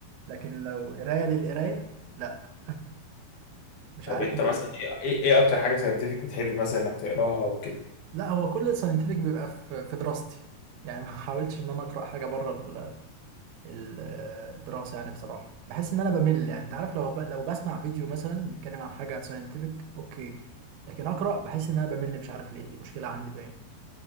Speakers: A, on the right; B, on the left.
A: لكن لو قراية للقراية لا مش
B: طب
A: عارف
B: انت
A: ليه
B: مثلا ايه ايه إيه اكتر حاجه ساينتفك بتحب مثلا انك تقراها وكده؟
A: لا هو كل الساينتفك بيبقى في في دراستي يعني ما حاولتش ان انا اقرأ حاجة بره ال- الدراسة يعني بصراحة بحس إن أنا بمل يعني أنت عارف لو ب... لو بسمع فيديو مثلا بيتكلم عن حاجة ساينتفك أوكي لكن أقرأ بحس إن أنا بمل مش عارف ليه دي مشكلة عندي باين